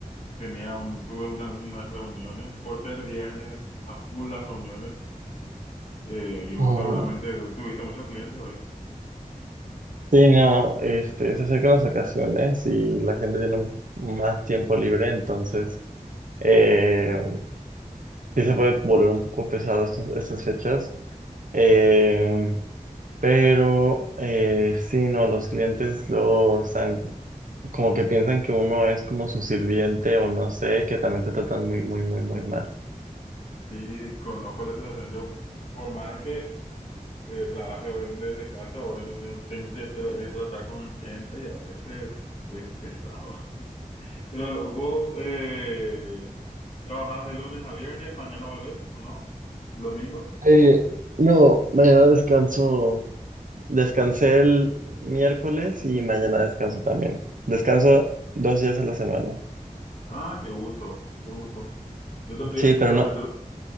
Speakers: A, on the left; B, on the right.
A: tenía un, tuve una- unas reuniones, por ser viernes, a full las reuniones, eh, y vos
B: Ujú.
A: seguramente tuviste muchos clientes hoy.
B: Sí, no, este, se acercan las vacaciones y la gente tiene más tiempo libre, entonces eh, sí se puede volver un poco pesado estos- estas fechas. Eh, pero eh, sí, no, los clientes luego están como que piensan que uno es como su sirviente o no sé, que también te tratan muy, muy, muy, muy mal.
A: Sí, conozco la situación. Yo, por más de que eh, trabaje obviamente desde casa, ahora no tengo tengo que tra- eh, tratar con gente y a veces es pesado. <laughs> Pero vos eh, trabajás de lunes a viernes, mañana volvés, ¿o no? ¿Domingo?
B: Eh, no, mañana descanso. Descansé el miércoles y mañana descanso también. Descanso dos días a la semana.
A: Ah, qué gusto, qué gusto. Yo también,
B: Sí, pero
A: o sea,
B: no,
A: yo,